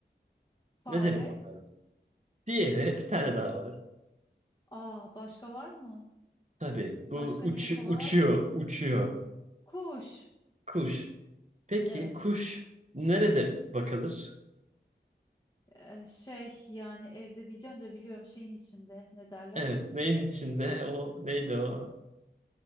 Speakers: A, on the left (about 20°); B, on the right (about 40°).
A: Fare.
B: Nedir bu hayvan? Diğeri bir tane daha var.
A: Aa başka var mı?
B: Tabii bu
A: Başka
B: uçu-
A: neyi kovalar
B: uçuyor,
A: ki?
B: uçuyor.
A: Kuş.
B: Kuş. Peki
A: Evet.
B: kuş nerede bakılır?
A: E, şey yani evde diyeceğim de biliyorum şeyin içinde ne derler?
B: Evet,
A: ki?
B: neyin içinde? O neydi o?